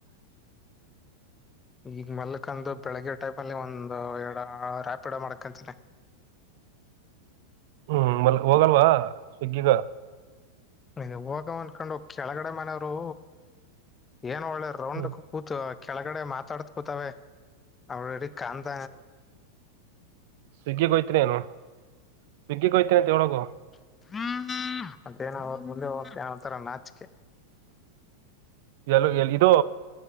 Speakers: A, on the left; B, on the right.
A: ಈಗ ಮಲ್ಕಂದು ಬೆಳಿಗ್ಗೆ ಟೈಮ ಅಲ್ಲಿ ಒಂದು ಎಡ ರ್ಯಾಪಿಡ ಮಾಡ್ಕಂತನೆ
B: ಹ್ಮ್ ಮಲ್ ಹೋಗಲ್ವಾ ಸಿಗ್ಗಗ
A: ಇದು ಹೋಗ ಅಂದಕೊಂಡು ಕೆಳಗಡೆ ಮನೆಯವ್ರು ಏನ್ ಒಳ್ಳೆ ರೌಂಡ್
B: ಹ್ಮ್
A: ಕೂತ ಕೆಳಗಡೆ ಮಾತಾಡತ್ ಕೂತವೆ ಅವಳಡಿ ಕಂತ
B: ಸ್ವಿಗ್ಗಿಗೋಗಯ್ತೀನ ಏನು ಸ್ವಿಗ್ಗಿಗೋಗಯತನನೆ ತಗೊಂಡು ಹೋಗು
A: <unintelligible> ಮತ್ತೇಏನ ಮುಂದೆ ಹೋಗ ಏನತರ ನಾಚಿಕೆ
B: ಎಲ್ ಎ ಇದು